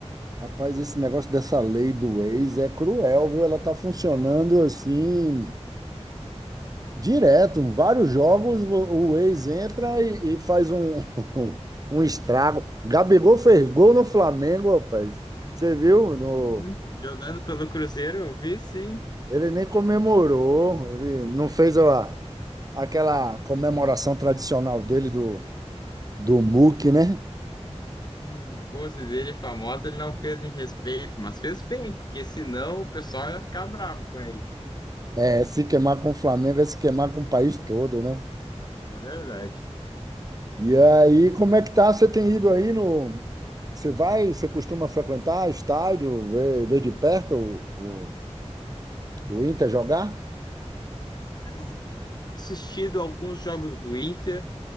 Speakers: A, on the right; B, on the left.
A: Rapaz, esse negócio dessa lei do ex é cruel, viu? Ela tá funcionando assim, direto. Vários jogos, o o ex entra e, e faz um, <laughs> um estrago. Gabigol fez gol no Flamengo, rapaz. Você viu?
B: Uhum.
A: No-
B: Jogando pelo Cruzeiro, eu vi sim.
A: ele nem comemorou, ele não fez a, aquela comemoração tradicional dele do, do MUC, né?
B: Uhum. A pose dele famosa, ele não fez em respeito, mas fez bem, porque senão o pessoal ia ficar bravo com ele.
A: É, se queimar com o Flamengo é se queimar com o país todo, né?
B: É verdade.
A: E aí, como é que tá? Você tem ido aí no. Você vai, você costuma frequentar estádio, ver, ver de perto o, o, o Inter jogar?
B: Então, assistido alguns jogos do Inter,